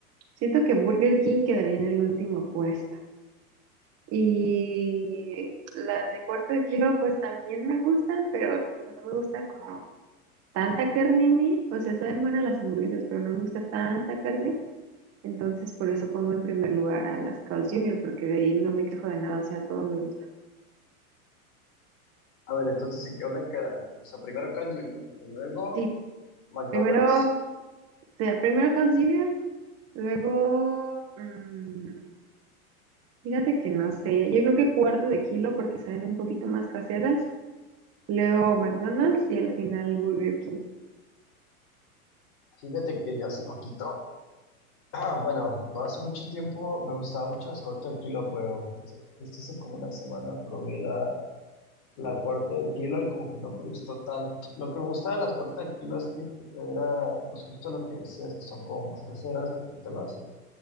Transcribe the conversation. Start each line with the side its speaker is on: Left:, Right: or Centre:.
Right: Siento que Burger King quedaría en el último puesto. Y las de cuarto de kilo, pues también me gustan, pero no me gusta como tanta carne a mí. O sea, saben buenas las hamburguesas, pero no me gusta tanta carne. Entonces, por eso pongo en primer lugar a las Carl's Jr., porque de ahí no me quejo de nada, o sea, todo me gusta.
Left: A ver, entonces, ¿en qué orden quedan? O sea, primero Carl Jr. y luego
Right: Sí,
Left: McDonald's.
Right: primero, o sea, primero Carl's Jr. Luego, mm, fíjate que no sé, yo creo que cuarto de kilo porque salen un poquito más caseras. Luego McDonald's y al final Burger King.
Left: Fíjate que yo hace poquito Ah, bueno, no hace mucho tiempo me gustaban mucho las cortes de kilo, pero justo, justo hace como una semana probé la, la corte de kilo y como que no me gustó tanto. Lo que me gustaba de las cortes de kilo es que era, pues justo lo que decías, que son como más caseras porque te las,